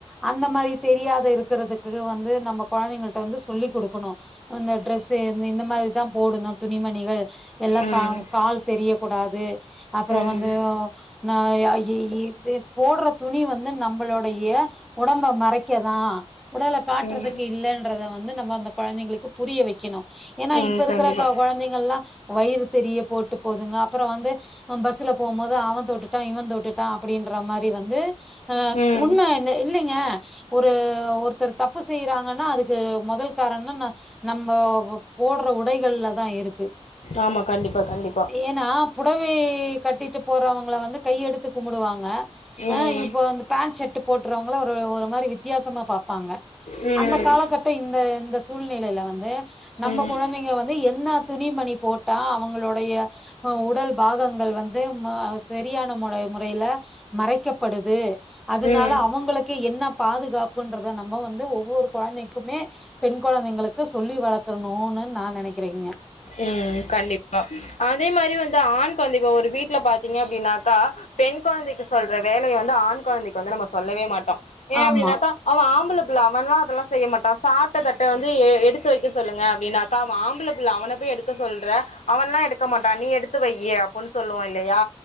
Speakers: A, in the centre; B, on the left.
A: அந்த மாரி தெரியாத இருக்கிறதுக்கு வந்து நம்ம கொழந்தைங்கள்ட்ட வந்து சொல்லி் குடுக்கணும் இந்த ட்ரெஸ்ஸு இந்த மாரிதான் போடணும் துணிமணிகள் எல்லாம்
B: ம்
A: கா தெரியக் கூடாது அப்புறம்
B: ம்
A: வந்து நா ய இய் ஹ போடுற துணி வந்து நம்மளுடைய உடம்ப மறைக்கதான் உடலக் காட்டுறதுக்கு
B: ம்
A: இல்லைன்றத வந்து நம்ம அந்த கொழந்தைங்களுக்குப் புரிய வைக்கணும் ஏன்னா
B: ம்
A: இப்ப இருக்கிற
B: கண்டிப்பா
A: க கொழந்தைங்கள் எல்லாம் வயிறு தெரியு போட்டு போதுங்க அப்புறம் வந்து பஸ்ல போகும் போது அவன் தொட்டுட்டான் இவன் தொட்டுட்டான் அப்பிடின்ற மாதிரி வந்து அ
B: ம்
A: உண்ம இ இல்லங்க ஒரு ஒரு ஒருத்தர் தப்பு செய்றாங்கன்னா அதுக்கு மொதல் காரண நம்ம போடுற உடைகள்லதான் இருக்கு
B: ஆமா கண்டிப்பா கண்டிப்பா
A: ஏன்னா புடவை கட்டிட்டு போறவுங் கள வந்து கையெடுத்து கும்பிடுவாங்க
B: ம்
A: அ இப்ப வ பேண்ட் ஷர்ட் போட்டுறவுங்கள ஒரு மாதிரி வித்தியாச மா பாப்பாங்க
B: ம்
A: அந்த காலகட்ட இந்த இந்த சூழ்நிலையில வந்து நம்ம
B: ம்
A: கொழந்தைங்க வந்து என்ன துணிமணி போட்டா அவுங்களுடைய அ உடல் பாகங்கள் வந்து அ சரியான முற முறையில மறைக்கப்படுது அதனால
B: ம்
A: அவுங்களுக்கு என்ன பாதுகாப்புன்றத நம்ம வந்து ஒவ்வொரு கொழந்தைக்குமே பெண் கொழந்தைங்களுக்கு சொல்லி வளக் கனூன்னு நா நெனக்கிறேங்க
B: உம் கண்டிப்பா அதே மாரி வந்து ஆண் கொழந்த இப்ப ஒரு வீட்ல பாத்தீங்க அப்டினாக்கா பெண் கொழந்தைக்கு சொல்ற வேலைய வந்து ஆண் கொழந்தைக்கு வந்து நம்ம சொல்லவே மாட்டோ ஏன்
A: ஆமா
B: அப்டினாக்கா அவே ஆம்பள புள்ள அவன்லா அதெல்லா செய்ய மாட்டான் சாப்ட்ட தட்ட வந்து எ எடுத்து வைக்க சொல்லுங்க அப்டினாக்க அவே ஆம்பள பிள்ள அவன போய் எடுக்க சொல்றே அவன்லா எடுக்க மாட்டா நீ எடுத்து வையி அப்டின்னு சொல்லுவோ இல்லையா